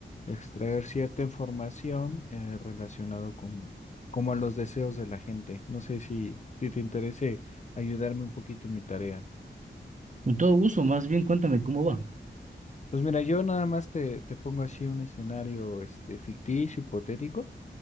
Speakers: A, on the left (about 40°); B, on the right (about 40°).
A: extraer cierta información eh, relacionado como, como a los deseos de la gente. No sé si, si te interese ayudarme un poquito en mi tarea.
B: Con todo gusto, más bien cuéntame cómo va.
A: Pues mira, yo nada más te, te pongo así un escenario este, ficticio, hipotético,